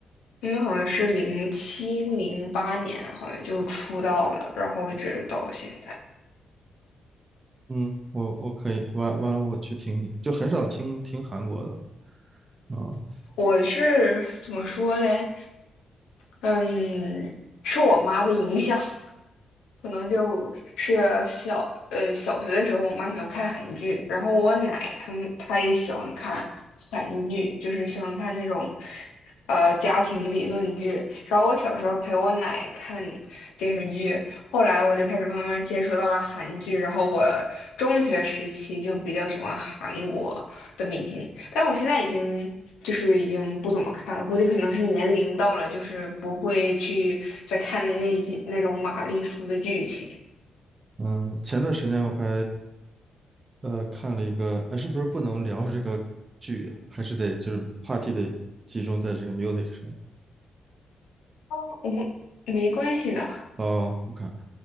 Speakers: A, on the left; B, on the right.
A: 因为好像是零七零八年，好像就出道了，然后一直到现在。
B: 嗯，我我可以完完了我去听听，就很少听听韩国的吧啊
A: 我是怎么说嘞？嗯，受我妈的影响，可能就是小呃小学的时候，我妈喜欢看韩剧，然后我奶他们她也喜欢看韩剧，就是喜欢看那种呃家庭理论剧。然后我小时候陪我奶看电视剧，后来我就开始慢慢接触到了韩剧，然后我中学时期就比较喜欢韩国，的明星，但我现在已经就是已经不怎么看了，估计可能是年龄到了，就是不会去再看那几那种玛丽苏的剧情。
B: 嗯，前段时间我还呃看了一个，哎，是不是不能聊这个剧啊还是得就是话题得集中在这个 music 上
A: 哦，我们没关系的。
B: 哦，我看